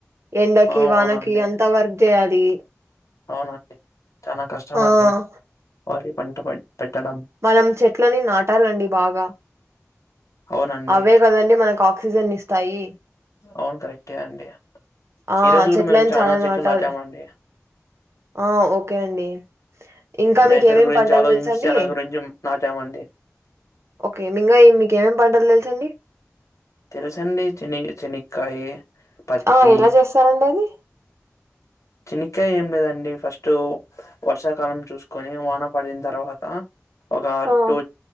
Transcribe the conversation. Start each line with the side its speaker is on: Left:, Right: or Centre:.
Right: ఎండకి
Left: ఆ అవునండి
Right: వానకి అంత వర్క్ చేయాలి
Left: అవునండి చానా కష్టమండి
Right: ఆ
Left: వారి పంట ప పెట్టడం
Right: మనం చెట్లని నాటాలండి బాగా
Left: అవునండి
Right: అవే కదండి మనకి ఆక్సిజన్ ఇస్తాయి
Left: అవును కరెక్టే అండి
Right: ఆ
Left: ఈ రోజు కూడా
Right: చెట్లని
Left: మేము చానా
Right: చాలా
Left: చెట్లు
Right: నాటాలి
Left: నాటామండి
Right: ఆ ఓకే అండి ఇంకా
Left: నేచర్
Right: మీకు ఏమేమ్
Left: గురించి
Right: పంటలు
Left: ఆలోచించి
Right: తెలుసండి
Left: చానా గురించి నాటామండి
Right: ఓకే ఇంకా మీక ఏమేమి పంటలు తెలుసండి
Left: తెల్చండి చిని చెనిక్కాయి పత్తి
Right: ఆ ఎలా చేస్తారండి అది
Left: చెనిక్కాయి ఏం లేదండి ఫస్ట్ వర్షాకాలం చూసుకొని వాన పడిన తర్వాత ఒక
Right: ఆ
Left: టూ